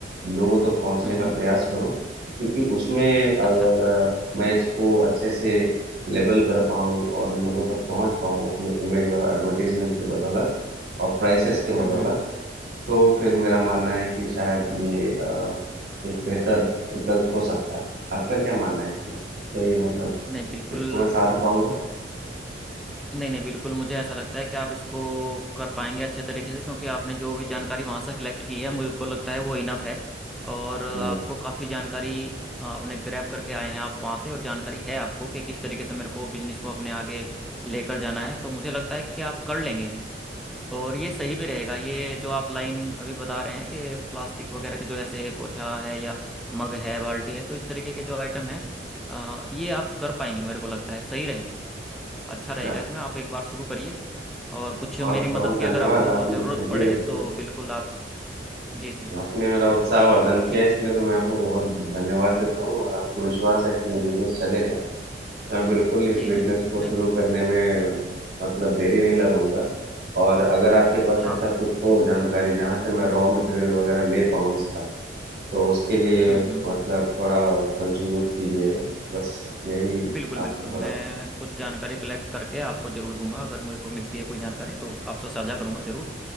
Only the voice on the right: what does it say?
लोगों तक पहुंचने
का
प्रयास करूं क्योंकि उसमें अगर
मैं इसको अच्छे से लेबल कर पाऊं और लोगों तक पहुंच पाऊं अपने इमेज और एडवर्टीजमेंट की बदौलत और प्राइसेस के
बदौलत
तो फिर मेरा मानना है कि शायद ये अ, एक बेहतर विकल्प हो सकता है आपका क्या मानना है इसमें क्या ये मतलब
इसको मैं साध पाऊंगा
जी,
अच्छा
बहुत
बहुत
धन्यवाद
आपने
<laughs> जी
बिल्कुल
तो आपने मेरा उत्साह वर्धन
किया इसके लिए तो मैं आपको बहुत धन्यवाद देता हूँ और आपको विश्वास है कि ये
बिजनेस चलेगा तो मैं बिल्कुल इस
बिजनेस
को शुरू करने में अ, मतलब देरी नहीं लगाऊंगा और अगर आपके पास
ऐसा
कुछ हो जानकारी जहाँ से मैं रॉ मटेरियल वगैरह ले पाऊँ इसका तो उसके लिए
मतलब थोड़ा कंट्रीब्यूट कीजिएगा बस यही
आपसे
थोड़ा